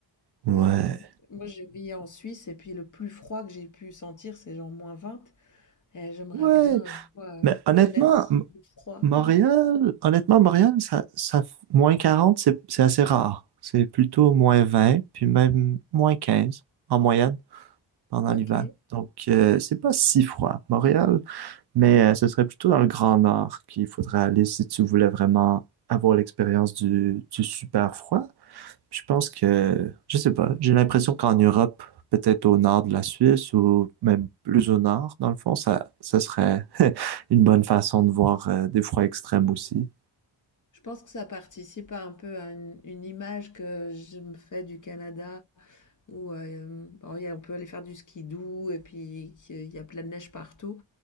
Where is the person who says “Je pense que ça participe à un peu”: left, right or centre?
Left